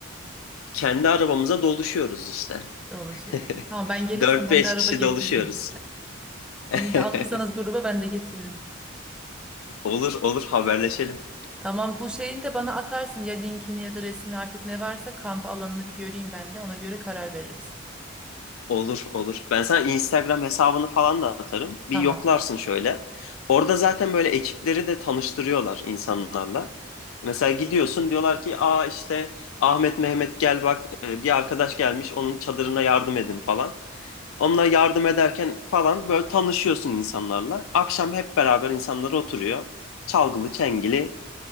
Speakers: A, on the left; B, in the centre.
A: Kendi arabamıza doluşuyoruz işte.
B: Dolaşıyorsun.
A: <laughs>
B: Tamam ben gelirsem
A: Dört
B: ben
A: beş
B: de araba
A: kişi
B: getiririm.
A: doluşuyoruz. <laughs>
B: Beni de alırsanız gruba ben de getiririm.
A: Olur olur haberleşelim.
B: Tamam bu şeyin de bana atarsın ya linkini ya da resmini artık ne varsa kamp alanını bir göreyim ben de ona göre karar veririz.
A: Olur olur. Ben sana Instagram hesabını falan da atarım. Bir
B: Tamam.
A: yoklarsın şöyle. Orada zaten böyle ekipleri de tanıştırıyorlar insanlarla. Mesela gidiyorsun diyorlar ki aa işte Ahmet Mehmet gel bak e, bir arkadaş gelmiş onun çadırına yardım edin falan. Onunla yardım ederken falan böyle tanışıyorsun insanlarla. Akşam hep beraber insanlar oturuyor. Çalgılı çengili